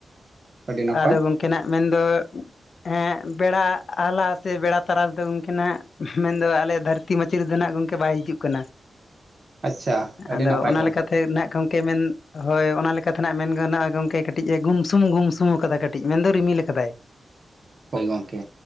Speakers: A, on the right; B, on the left.
A: ᱟᱹᱰᱤ ᱱᱟᱯᱟᱭ
B: ᱟᱫᱚ ᱜᱚᱢᱠᱮ ᱱᱟᱜ ᱢᱮᱱᱫᱚ ᱦᱮᱸ ᱵᱮᱲᱟ ᱟᱣᱞᱟ ᱥᱮ ᱵᱮᱲᱟ ᱛᱟᱨᱟᱥ ᱫᱚ ᱜᱚᱝᱠᱮᱱᱟᱜ ᱢᱮᱱᱫᱚ ᱟᱞᱮ ᱫᱷᱟᱹᱨᱛᱤ ᱫᱷᱟᱹᱨᱛᱤ ᱢᱟᱹᱪᱟᱫ ᱨᱮᱫᱚ ᱱᱟᱜ ᱜᱚᱢᱠᱮ ᱵᱟᱭ ᱦᱤᱡᱩᱜ ᱠᱟᱱᱟ᱾
A: ᱟᱪᱪᱷᱟ ᱟᱹᱰᱤ
B: ᱟᱫᱚ
A: ᱱᱟᱯᱟᱭ
B: ᱚᱱᱟ
A: ᱜᱚᱝᱠᱮ
B: ᱞᱮᱠᱟᱛᱮ ᱱᱟᱜ ᱠᱚ ᱢᱮᱱ ᱦᱳᱭ ᱚᱱᱟ ᱞᱮᱠᱟ ᱛᱮᱱᱟᱜ ᱢᱮᱱ ᱜᱟᱱ-ᱟ ᱜᱚᱝᱠᱮ ᱠᱟᱹᱴᱤᱡ ᱜᱩᱢᱥᱩᱢ ᱜᱩᱢᱥᱩᱢ ᱥᱩ ᱟᱠᱟᱫᱟ ᱠᱟᱹᱴᱤᱡ ᱢᱮᱱᱫᱚ ᱨᱤᱢᱤᱞ ᱟᱠᱟᱫᱟᱭ
A: ᱦᱳᱭ ᱜᱚᱢᱠᱮ